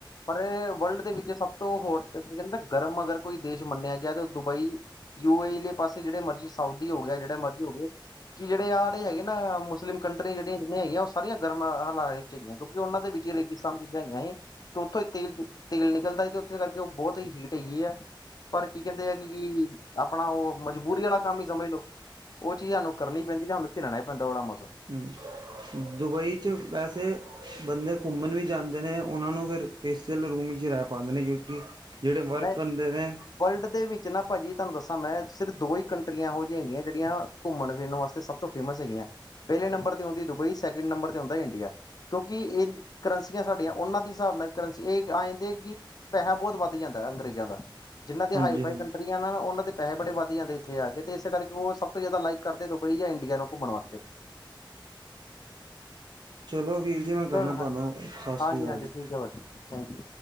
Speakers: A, on the left; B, on the right.
A: ਪਰ ਏ ਵਰਲਡ ਦੇ ਵਿੱਚ ਸਭ ਤੋਂ ਹੋਰ ਕਹਿੰਦੇ ਗਰਮ ਅਗਰ ਕੋਈ ਦੇਸ਼ ਮੰਨਿਆ ਗਿਆ ਤਾਂ ਦੁਬਈ ਯੂ ਏ ਇ ਨੇ ਪਾਸੇ ਜਿਹੜੇ ਮਰਜ਼ੀ ਸਾਊਦੀ ਹੋ ਗਏ ਜਿਹੜੇ ਮਰਜ਼ੀ ਹੋ ਗਏ ਕਿ ਜਿਹੜੇ ਆਹ ਹੈਗੇ ਨਾ ਮੁਸਲਿਮ ਕੰਟਰੀ ਜਿਹੜੀਆਂ ਜਿੰਨੀਆਂ ਹੈਗੀਆਂ ਉਹ ਸਾਰੀਆਂ ਗਰਮ ਹਲਾ ਕਿਉਂਕਿ ਉਹਨਾਂ ਦੇ ਵਿੱਚ ਰੇਗਿਸਤਾਨ ਚੀਜ਼ਾਂ ਹੈਗੀਆਂ ਨੇ ਤੇ ਉੱਥੋਂ ਹੀ ਤੇਲ- ਤੇਲ ਨਿਕਲਦਾ ਹੈ ਤੇ ਉੱਥੇ ਕਰਕੇ ਤੇ ਉਹ ਬਹੁਤ ਹੀ ਹੀਟ ਹੈਗੀ ਐ ਪਰ ਕੀ ਕਹਿੰਦੇ ਆ ਕਿ ਕੀ ਆਪਣਾ ਉਹ ਮਜਬੂਰੀ ਆਲਾ ਕੰਮ ਹੀ ਸਮਝ ਲੋ ਉਹ ਚੀਜ਼ ਹਾਨੂੰ ਕਰਨੀ ਪੈਂਦੀ ਸਾਨੂੰ ਝਲਣਾ ਪੈੰਦਾ ਉਹ ਆੜਾ ਮੌਸਮ
B: ਹੰ ਦੁਬਈ 'ਚ ਵੈਸੇ ਬੰਦੇ ਘੁੰਮਣ ਵੀ ਜਾਂਦੇ ਨੇ ਉਹਨਾਂ ਨੂੰ ਫਿਰ ਏ ਸੀ ਆਲੇ ਰੂਮ ਵਿੱਚ ਰਹਿ ਪਾਂਦੇ ਨੇ ਕਿਉਂਕਿ ਜਿਹੜੇ ਵਰਕ
A: ਨਹੀਂ
B: ਕਨਦੇ ਨੇ
A: ਵਰਲਡ ਦੇ ਵਿੱਚ ਨਾ ਪਾਜੀ ਤੁਹਾਨੂੰ ਦੱਸਾਂ ਮੈਂ ਸਿਰਫ ਦੋ ਹੀ ਕੰਟਰੀਆਂ ਇਹੋ ਜਿਹੀ ਹੈਗੀਆਂ ਜਿਹੜੀਆਂ ਘੁੰਮਣ ਫਿਰਨ ਵਾਸਤੇ ਸਭ ਤੋਂ ਫੇਮਸ ਹੈਗੀਆਂ ਪਹਿਲੇ ਨੰਬਰ ਤੇ ਆਉਂਦੀ ਦੁਬਈ ਸਕਿੰਡ ਨੰਬਰ ਤੇ ਆਉਦਾ ਇੰਡੀਆ ਕਿਉਂਕਿ ਇਹ ਕਰੰਸੀਆਂ ਸਾਡੀਆਂ ਉਹਨਾਂ ਦੇ ਸਾਬ ਨਾਲ ਕਰੰਸੀ ਇਹ ਆਏਂ ਦੇ ਕੀ ਪੈਹਾ ਬਹੁਤ ਵੱਧ ਜਾਂਦਾ ਅੰਗਰੇਜ਼ਾਂ ਦਾ ਜਿਹਨਾਂ ਦੀ
B: ਹਾਂਜੀ
A: ਹਾਈਫਾਈ
B: ਹਾਂ
A: ਕੰਟਰੀ ਉਹਨਾਂ ਪੈੇਹੇ ਬੜੇ ਵੱਧ ਜਾਂਦੇ ਇੱਥੇ ਆ ਕੇ ਤੇ ਇਸੇ ਕਰਕੇ ਉਹ ਸਭ ਤੋਂ ਜ਼ਿਆਦਾ ਲਾਈਕ ਕਰਦੇ ਦੁਬਈ ਜਾਂ ਇੰਡੀਆ ਨੂੰ ਘੁੰਮਣ ਵਾਸਤੇ
B: ਚਲੋ ਵੀਰ ਜੀ ਮੈਂ
A: ਚਲੋ
B: ਕਰਨਾ ਤੁਹਾਨੂੰ
A: ਹਾਂਜੀ
B: ਸਤਿ
A: ਹਾਂਜੀ
B: ਸ੍ਰੀ ਅਕਾਲ
A: ਹਾਂਜੀ
B: ਜੀ
A: ਠੀਕ ਹੈ ਭਾਜੀ ਥੈਂਕ ਯੂ